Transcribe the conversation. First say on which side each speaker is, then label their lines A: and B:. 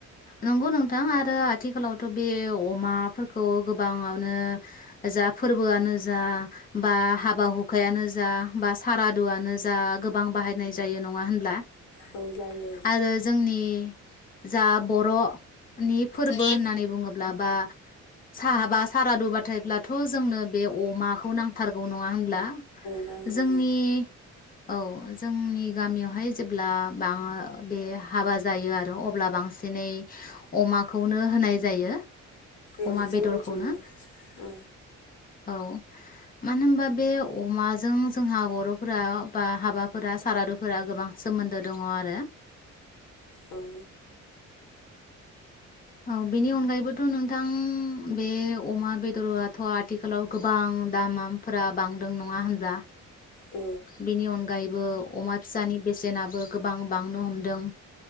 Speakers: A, on the left; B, on the left.
A: नंगौ नोंथां आरो आथिखालावथ बे अमाफोरखौ गोबाङावनो जा फोरबोआनो जा बा हाबा हुखायानो जा बा सारादुआनो जा गोबां बाहायनाय जायो नङा होनब्ला
B: सौ जायो
A: आरो जोंनि जा बर' नि फोरबो
B: माने
A: होननानै बुङोब्ला बा साहाबा सारादुबाथायब्लाथ' जोंनो बे अमाखौ नां थारगौ नङा होनब्ला
B: नांगौ
A: जोंनि औ जोंनि गामियावहाय जेब्ला बे हाबा जायो आरो अब्ला बांसिनै अमा खौनो होनाय जायो
B: औ
A: अमा
B: जोंनिथिंबो
A: बेदरखौनो
B: औ
A: औ मानो होनबा बे अमाजों जोंहा बर'फोरा बा हाबाफोरा सारादुफोरा गोबां सोमोन्दो दङ आरो
B: औ
A: औ बेनि अनगायैबोथ' नोंथां बे अमा बेदरआथ' आथिखालाव गोबां दामफोरा बांदों नङा होनब्रा
B: औ
A: बेनि अनगायैबो अमा फिसानि बेसेनाबो गोबां बांनो हमदों